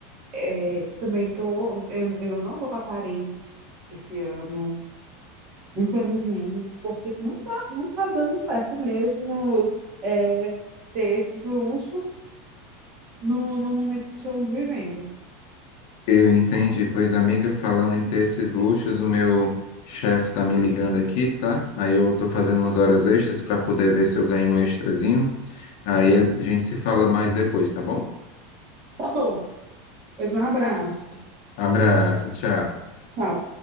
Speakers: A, on the right; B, on the left.
A: é, também tô, eu, eu não vou para Paris esse ano, infelizmente, porque não tá, não tá dando certo mesmo é, ter esses luxos no, no momento que estamos vivendo.
B: Eu entendi, pois amiga, falando em ter esses luxos, o meu chefe tá me ligando aqui, tá? Aí eu tô fazendo umas horas extras para poder ver se eu ganho um extrazinho. Aí a gente se fala mais depois, tá bom?
A: Tá bom, pois um abraço.
B: Abraço, tchau.
A: Tchau.